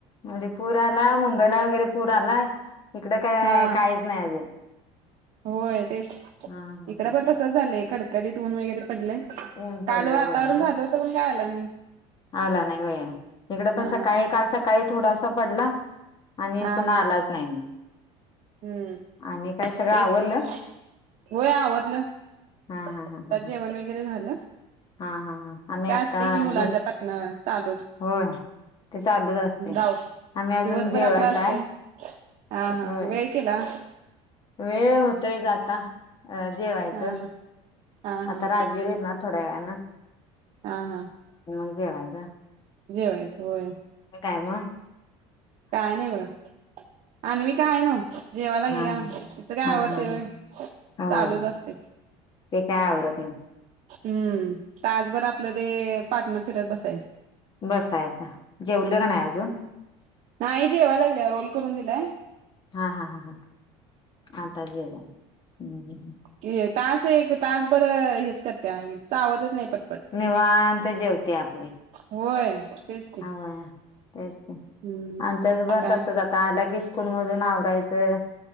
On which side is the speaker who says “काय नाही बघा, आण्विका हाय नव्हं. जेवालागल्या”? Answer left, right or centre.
Right